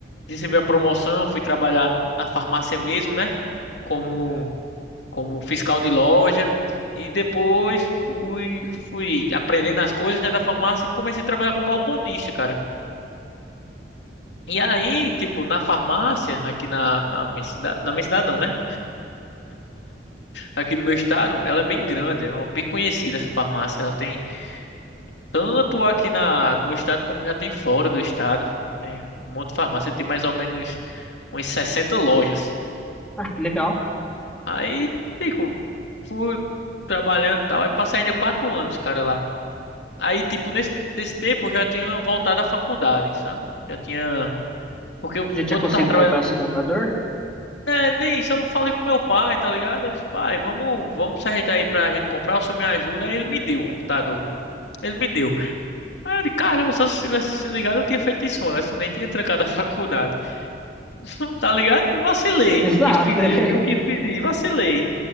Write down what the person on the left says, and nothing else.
recebi a promoção, fui trabalhar na farmácia mesmo, né? Como como fiscal de loja. E depois fui, fui aprendendo as coisas, né, da farmácia e comecei a trabalhar como balconista, cara. E aí, tipo, na farmácia, aqui na, na minha cidade, na minha cidade não, né? Aqui no meu estado, ela é bem grande, é uma- bem conhecida essa farmácia. Ela tem tanto aqui na, no meu estado como já tem fora do estado. É, um monte de farmácia, tem mais ou menos umas 60 lojas.
Aí, tipo, fui trabalhando e tal. Aí passei ainda quatro anos, cara, lá. Aí, tipo, nesse, nesse tempo eu já tinha voltado à faculdade, sabe? Já tinha. Porque eu,
quando
eu tava trabalhando.
É, nem isso, eu falei com meu pai, tá ligado? Eu disse, pai, vamos, vamos se ajeitar aí pra gente comprar, o senhor me ajuda. Aí ele me deu o computador, velho. Ele me deu. Aí eu disse, caramba, se eu tivesse se ligado, eu tinha feito isso antes, nem tinha trancado a faculdade. <laughs> Tá ligado? Vacilei,
não quis pedir,
não quis pedir, vacilei.